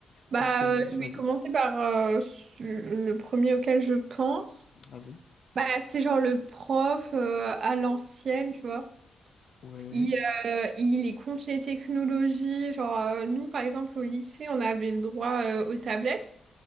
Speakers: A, on the right; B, on the left.
A: Bah,
B: Donc, euh,
A: euh, je
B: vas-y,
A: vais commencer par euh, su- le premier auquel je pense.
B: vas-y.
A: Bah, c'est genre le prof euh, à l'ancienne, tu vois.
B: Ouais,
A: Il, euh, il est contre les technologies. Genre, euh, nous, par exemple, au lycée, on avait le droit euh, aux tablettes.